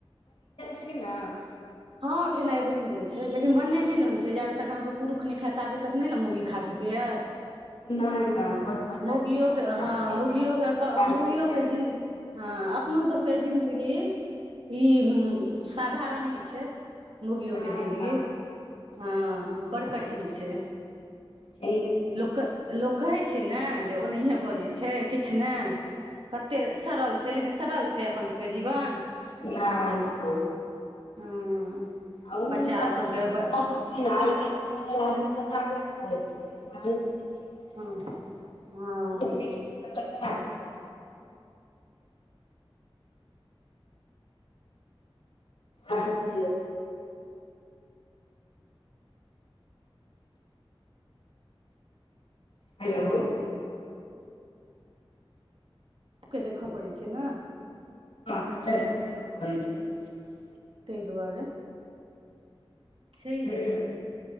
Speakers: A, on the left (about 75°); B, on the right (about 75°).
A: छी न
B: हँ खेनाइ बनि गेल छै लेकिन बनने नहि ने होइत छै जाबे तक अहाँके पुरुख नहि खाता आबे तक नहि ने मौगी खा सकैया
A: ह <inaudible> नहि नहि ओ त बड़का
B: मौगियोके
A: ज
B: हँ
A: छैाँ अप
B: मौगियोके
A: सबके मिथिलामे
B: मौगियोके
A: जे छै
B: जिन हँ अपनो सबके जिन्दगी ई साधारण नहि छै मोगियो
A: नहि
B: के जिंन्दगी
A: नहि
B: हँ बड़ कठिन
A: नहि
B: छै
A: छैहे की
B: लोक लोक कहै छै ने जे ओ नहिए बजैत छै किछु नहि कते सरल छै लेकिन सरल छै अपन सबके जीवन
A: न नहि
B: हँ
A: आ ओहो
B: बच्चा
A: अपना
B: सबके
A: सब बला जे हइ ने आइ काइल के मॉडल आदमी सब टाके खाे छै छ मिथिला
B: हँ
A: के तऽ जब तक
B: हँ
A: भूलै तक केना खेतय आर सब कहियो हेलो
B: सभके देखय पड़ैत छै ने
A: म छै <unintelligible>
B: तइ दुआरे सी
A: हुं
B: ह